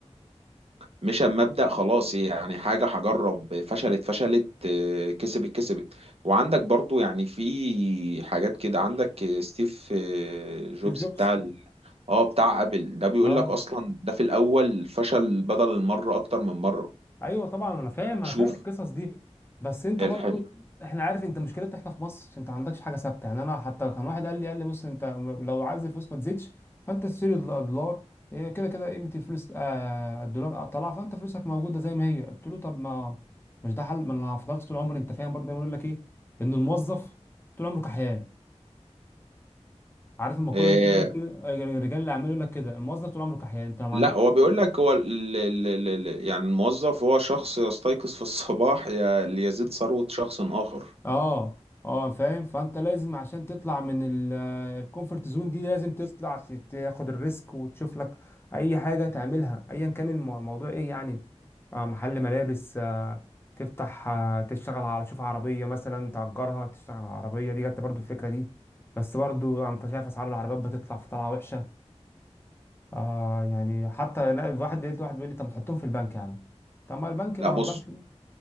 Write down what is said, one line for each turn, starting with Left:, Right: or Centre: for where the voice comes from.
Right: مش اما ابدا خلاص يعني حاجه هجرب فشلت فشلت آه، كسبت كسبت وعندك برضو يعني في حاجات كده عندك آه، ستيف آه، جوبز
Left: ستيف جوبز
Right: بتاع ال- اه بتاع ابل ده بيقول
Left: اه
Right: لك اصلا ده في الاول فشل بدل المره اكتر من مره
Left: ايوه طبعا انا فاهم
Right: وشوف
Left: انا فاهم القصص دي بس انت
Right: الحاجه
Left: برضو احنا عارف انت مشكلتنا احنا في مصر انت ما عندكش حاجه ثابته يعني انا حتى كان واحد قال لي قال لي بص انت لو عايز الفلوس ما تزيدش فانت تشتري دول- دولار إيه كده كده قيمه الفلوس آه الدولار طلع فانت فلوسك موجوده زي ما هي قلت له طب ما مش ده حل ما انا فضلت طول عمري انت فاهم برضه دايما يقول لك ايه ان الموظف طول عمره كحيان عارف المقوله
Right: آه،
Left: دي دايما كده رجال الاعمال يقول لك كده الموظف طول عمره كحيان انت لو ما
Right: لا
Left: عندكش
Right: هو بيقول لك هو ال ال ال ال يعني الموظف هو شخص يستيقظ في الصباح يا- ليزيد ثروة شخص آخر
Left: اه اه فاهم فانت لازم عشان تطلع من ال- الكومفورت زون دي لازم تطلع ت- تاخد الريسك وتشوف لك اي حاجه تعملها ايا كان المو- الموضوع ايه يعني آه محل ملابس آه تفتح آه تشتغل على تشوف عربيه مثلا تأجرها تشتغل على عربيه دي جت برضو الفكره دي بس برضو انت شايف اسعار العربيات بتطلع في طلعه وحشه آه يعني حتى لا الواحد لقيت واحد بيقول لي طب ما تحطهم في البنك يا عم طب ما البنك ما
Right: لا بص
Left: هو البنك